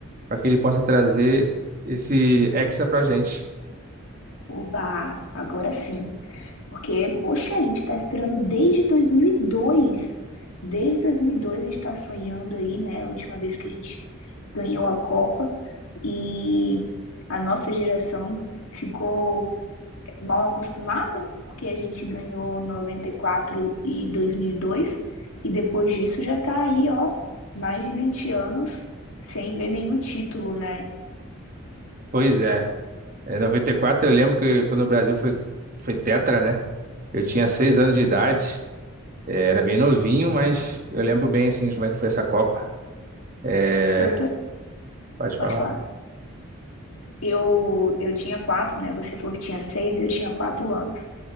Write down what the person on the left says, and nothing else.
Oba, agora sim. Porque, poxa, a gente tá esperando desde 2002. Desde 2002 a gente tá sonhando aí, né? A última vez que a gente ganhou a Copa. E a nossa geração ficou mal acostumada, porque a gente ganhou noventa e quatro e dois dois mil e dois, e depois disso já tá aí, ó, mais de 20 anos sem ver nenhum título, né?
Eu ta-
Pode
falar. Eu, eu tinha quatro, né? Você falou que tinha seis, eu tinha quatro anos.